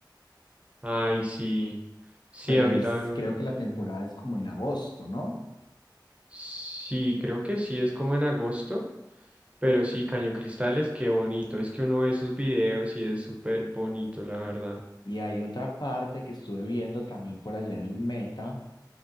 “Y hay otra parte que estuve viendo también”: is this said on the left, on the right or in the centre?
Left